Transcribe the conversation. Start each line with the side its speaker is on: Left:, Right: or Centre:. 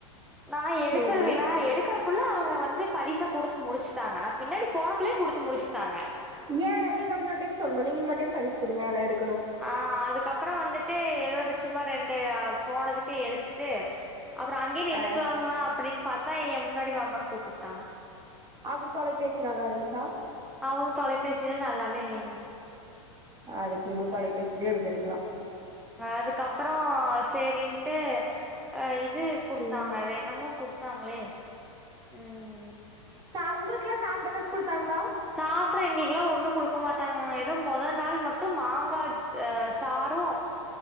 Centre: நா எடுத்ருவே
Right: சேரி
Centre: இவே நா எடுக்கறக்குள்ள அவுங்க வந்து பரிச குடுத்து முடிச்சிட்டாங்க நா பின்னாடி போறக்குள்ளயு குடுத்து முடிச்சிட்டாங்க
Right: ஏ நீங்க இன்னொரு டைம் சொல்லணு நீங்க இன்னொரு டைம் பரிசு குடுங்க நா எடு
Centre: ஆ அதுக்கப்பறோ வந்துட் டு ஏதோ ஒரு சும்மா ரெண்டு போனதுக்கு எடுத்துட்டு அப்பறோ அங்கயே நின்னுக்கலாமா
Right: ஆ
Centre: அப்டின்னு பாத்தா எண்ணிய முன்னாடி வாமான்னு கூப்பிட்டாங்க
Right: அவரு தொலைபேசி நல்லாருந்துச்சா
Centre: அவுங்க தொலைபேசில நல்லாவே இல்லீங்க
Right: அதுக்கு உங்க தொலைபேசிலயே எடுத்துருக்கலா
Centre: அதுக்கப்பறோ சேரின்ட்டு ஆ இது குடுத்தாங்க
Right: ம்
Centre: அது என்னமோ குடுத் தாங்களே ம் ம்
Right: கா உங்ளுக்கெல்லா சாப்ட ஏதாச்சு குடுத்தாங்களா
Centre: சாப்ட எங்களுக்குலா ஒண்ணு குடுக்க மாட்டாங்கங்க ஏதோ மொத நாள் மட்டு மாங்கா ஆ சா சாறு